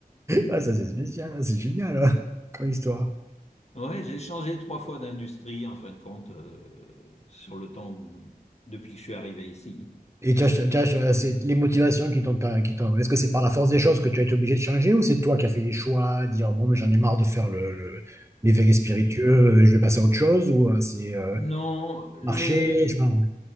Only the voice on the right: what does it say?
Ah, ça, c'est spécial. C'est génial, hein, comme histoire.
Et tu as- tu as- euh, c'est les motivations qui t'ont, per- qui t'ont- Est-ce que c'est par la force des choses que tu as été obligé de changer ou c'est toi qui as fait des choix, dire bon, mais j'en ai marre de faire le, le- les vegan spiritueux, euh, je vais passer à autre chose ou euh, c'est euh,
marcher,
je m'en-